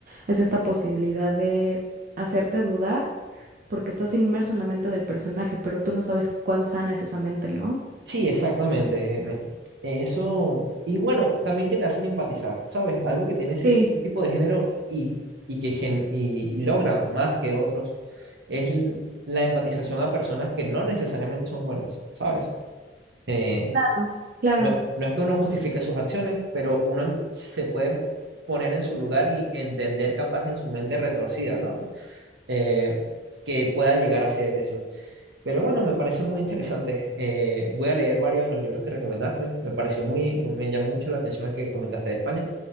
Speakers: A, on the right; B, on the right.
A: es esta posibilidad de hacerte dudar porque estás inmerso en la mente del personaje, pero tú no sabes cuán sana es esa mente, ¿no?
B: Sí, exactamente. eh, me- eso, y bueno, también que te hacen empatizar, ¿sabes? Algo que tiene ese,
A: Sí.
B: ese tipo de género y, y que gen- y, y logra más que otros es l- la empatización a personas que no necesariamente son buenas, ¿sabes? Eh,
A: Claro, claro.
B: No, no es que uno justifique sus acciones, pero uno em- se puede poner en su lugar y entender capaz en su mente retorcida, ¿no? Eh, que pueda llegar a ser eso. Pero bueno, me parece muy interesante. Eh, voy a leer varios de los libros que recomendaste. Me pareció muy, me llamó mucho la atención el que comentaste de España.